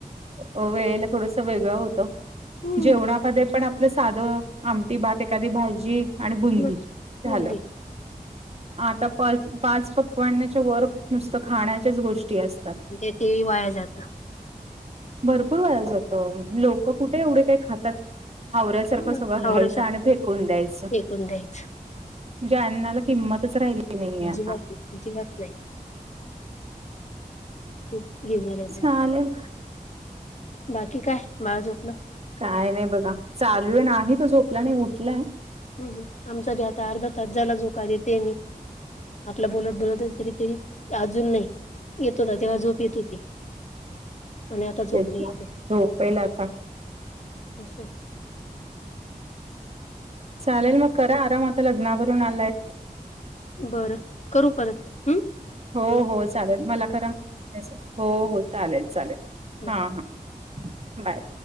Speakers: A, on the right (about 45°); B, on the left (about 50°).
A: वेळेला अह थोडस वेगळं होतं
B: हम्म
A: जेवणामध्ये पण आपलं साधं आमटी भात एखादी भाजी आणि बुंदी
B: मग
A: झालं.
B: बुंदी
A: आता पाच पाच पक्वान्नाच्या वर नुसतं खाण्याच्याच गोष्टी असतात
B: ते तेही वाया जात
A: भरपूर वाया जातं. लोक कुठे एवढे काही खातात हावऱ्यासारखं
B: काय
A: सगळं
B: हावऱ्यासाठी
A: घ्यायचं आणि फेकून द्यायचं
B: फेकून द्यायचं
A: म्हणजे अन्नाला किंमतच राहिली नाहीये
B: अजिबात
A: आता
B: अजिबात नाही खूप हे झालेलं
A: चालेल
B: आहे आता बाकी काय? बाळ झोपलं
A: काय नाही बघा. चालू आहे. नाही तो झोपला नाही उठलाय
B: हम्म हम्म आमचा ते आता अर्धा तास झाला झोका देतेय मी आपला बोलत बोलत तरी तरी अजून नाही येत होता तेव्हा झोप येत होती आणि आता झोप
A: तेच
B: नाही
A: ना
B: येत आहे
A: झोपेल आता
B: अस आहे
A: चालेल मग करा आराम आता लग्नावरून आलाय
B: बरं करू परत, हम्म.
A: हो हो चालेल मला करा. मी असेन. हो हो चालेल चालेल.
B: बाय
A: हां हां बाय.